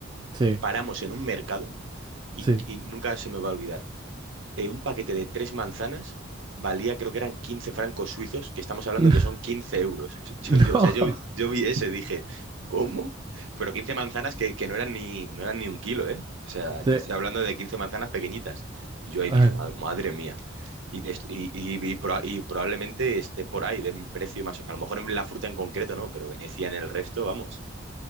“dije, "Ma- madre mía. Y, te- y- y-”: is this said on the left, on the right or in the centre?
Right